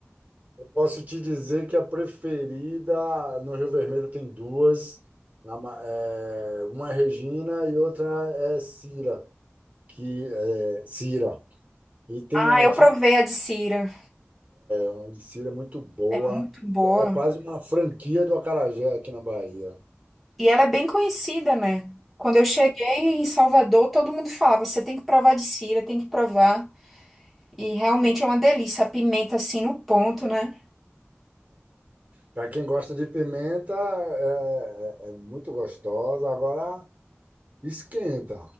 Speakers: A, on the right; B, in the centre.
A: eu posso te dizer que a preferida no Rio Vermelho tem duas. Na ma- é, uma é Regina e outra é Cira, que é Cira. E tem
B: Ah,
A: a
B: eu
A: tinha
B: provei a de Cira.
A: uma de Cira muito boa.
B: É muito boa.
A: que É quase uma franquia do acarajé aqui na Bahia.
B: E ela é bem conhecida, né? Quando eu cheguei em Salvador, todo mundo falava: você tem que provar a de Cira, tem que provar. E realmente é uma delícia, a pimenta assim no ponto, né?
A: Para quem gosta de pimenta, é, é- é muito gostosa. Agora esquenta.